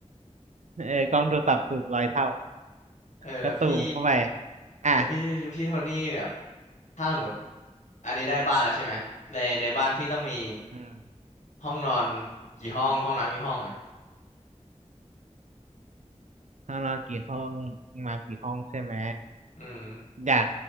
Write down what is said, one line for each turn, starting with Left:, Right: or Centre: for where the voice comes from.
Right: เออกล้องโทรศัพท์ซูมร้อยเท่า
Left: เออแล้วพี่
Right: ก็ซูมเข้าไปอ่ะ
Left: แล้วพี่พี่โทนี่แบบถ้าสมมติอันนี้ได้บ้านแล้วใช่ไหมในในบ้านพี่ต้องมี
Right: อืม
Left: ห้องนอนกี่ห้องห้องน้ำกี่ห้องอ่ะ
Right: ข้างนอนกี่ห้องมากี่ห้องใช่ไหม
Left: อืม
Right: อย่าง